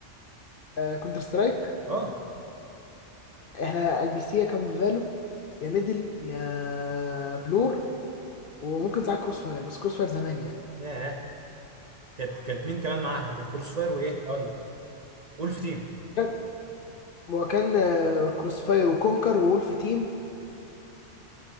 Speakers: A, on the left; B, on the right.
A: آه كونتر سترايك
B: اه
A: احنا البي سي يا كام فالو يا ميدل يا بلور وممكن ساعات كروس فاير بس كروس فاير زمان يعني
B: ياه كانت كانت مين كمان معاها كانت كروس فاير وايه اقول لك وولف تيم
A: كان- هو كان آه، كروس فاير وكونكر وولف تيم